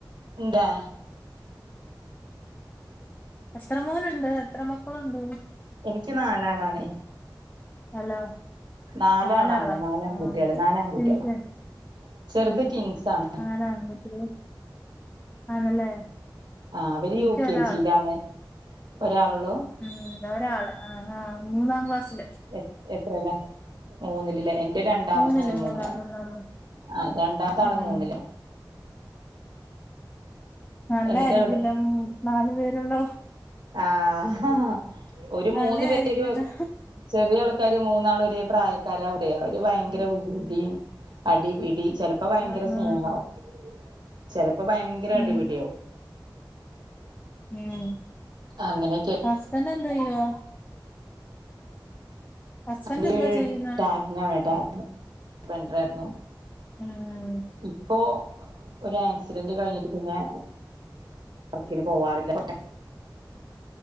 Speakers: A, on the right (about 70°); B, on the left (about 20°).
A: എന്താ
B: എസ്ക്ര മോനുണ്ട് എത്ര മക്കളുണ്ട്
A: എനിക്ക് നാലാളാണ്
B: ഹലോ
A: നാലാളാണ്
B: നാലാളോ
A: നാലാൺകുട്ടികള്
B: ആഹ്
A: നാലാൺകുട്ടികളാ
B: എനിക്ക്
A: ചെറുത്
B: ഉം
A: ട്വിൻസാണ്
B: നാലാൺകുട്ടികള് ആണല്ലേ
A: ആഹ് അവര്
B: എനിക്ക്
A: യു കെ
B: ഒരാള്
A: ജിയിലാണ് ഒരാളള്ളൂ
B: ഉം ഒരാള് മൂന്നാം ക്ലാസ്സില്
A: എ എത്രലാ മൂന്നിലിലേ ഇന്റെ രണ്ടാമത്തെ
B: മൂന്നില്
A: മോന്
B: മൂന്നാം
A: മൂന്നാണ്
B: മൂന്നാം
A: ആ രണ്ടാമത്തെ ആള്
B: ആ
A: മൂന്നില്
B: നല്ലായിരിക്കുംല്ല
A: എന്നിട്ട്
B: നാലു പേരുള്ള
A: ആഹ ഒരു
B: നല്ലായിരിക്കുല്ലോ
A: മൂന്ന് പേര് ചെറിയ ആൾക്കാര് മൂന്നാൾ ഒരേ പ്രായക്കാര അവിടെ അവര് ഭയങ്കര ബുദ്ധിയ അടിപിടി ചിലപ്പോ ഭയങ്കര
B: ആഹാ
A: സ്നേഹമാവും ചിലപ്പോ ഭയങ്കര
B: ഉം
A: അടിപിടി ആവും
B: ഉം
A: അങ്ങനെ
B: ഹസ്ബൻഡ് എന്തേയുവാ ഹസ്ബൻഡ്
A: അ
B: എന്തോ ചെയ്യുന്നെ
A: ടാപ്പിംഗ ആണ് ടാപ്പി ബണ്ടറായിരുന്നു
B: ഉം
A: ഇപ്പോ ഒരു ആക്സിഡന്റ് കഴിഞ്ഞിട്ട് പിന്നെ വർക്കിന് പോവാറില്ല